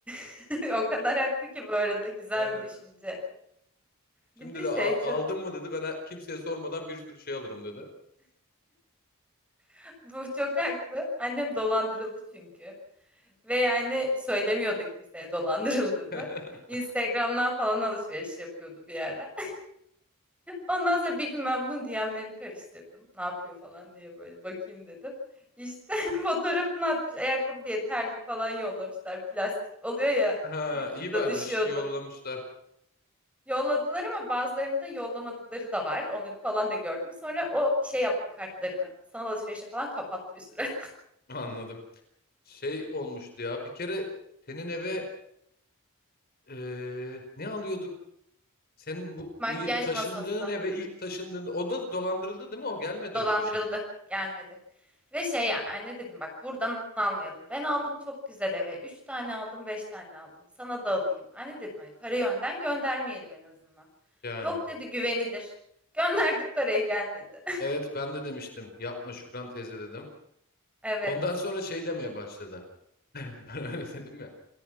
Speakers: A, in the centre; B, on the left.
A: <laughs> O kadar haklı ki bu arada güzel
B: Aynen.
A: bir düşünce.
B: Şimdi
A: Bir de
B: de
A: şey
B: "A-
A: çok,
B: aldın mı dedi. Ben he- kimseye sormadan bir sürü şey alırım dedi.
A: <laughs> bu çok haklı. Annem dolandırıldı çünkü. Ve yani söylemiyordu kimseye dolandırıldığını.
B: <laughs>
A: Instagram'dan falan alışveriş yapıyordu bir ara. <laughs> Ondan sonra bir gün ben bunun DM'lerini karıştırdım. Ne yapıyor falan diye böyle bakayım dedim. İşte <laughs> fotoğrafını atmış ayakkabı diye terlik falan yollamışlar. Plastik oluyor ya
B: Ha,
A: Twitter'da
B: iyi bari
A: düşüyordu.
B: bir şey yollamışlar.
A: Yolladılar ama bazılarını da yollamadıkları da var. Onları falan da gördüm. Sonra o şey yaptı kartlarını. Sanal alışverişe falan kapattı bir süre.
B: <laughs> Anladım. Şey olmuştu ya. Bir kere senin eve eee, ne alıyorduk? Senin bu,
A: <laughs> Makyaj
B: bu ye- taşındığın
A: masası
B: eve ilk taşındığında o da dolandırıldı değil mi? O gelmedi
A: dolandırıldı.
B: öyle bir şey.
A: Gelmedi. Ve şey ya anne dedim bak buradan almayalım. Ben aldım çok güzel eve. Üç tane aldım, beş tane aldım. Sana da alayım. Anne dedim hani parayı önden göndermeyelim en azından.
B: Yani.
A: Yok dedi güvenilir. Gönderdik parayı gelmedi. <laughs>
B: Evet ben de demiştim. Yapma Şükran teyze dedim.
A: Evet.
B: Ondan sonra şey demeye başladı. <laughs> Ben öyle dedim ya.